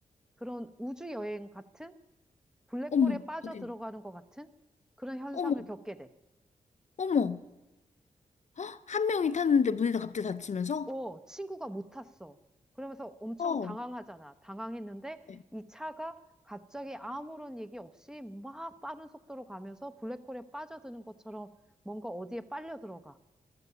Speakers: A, in the centre; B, on the left (about 55°).
A: 그런 우주 여행 같은 블랙홀에
B: 어머,
A: 빠져
B: 어떡해.
A: 들어가는 것 같은 그런 현상을
B: 어머,
A: 겪게 돼.
B: 어머. 헉! 한 명이 탔는데 문이 다 갑자기 닫히면서?
A: 어, 친구가 못 탔어. 그러면서 엄청
B: 어.
A: 당황하잖아. 당황했는데
B: 네.
A: 이 차가 갑자기 아무런 얘기 없이 막 빠른 속도로 가면서 블랙홀에 빠져드는 것처럼 뭔가 어디에 빨려 들어가.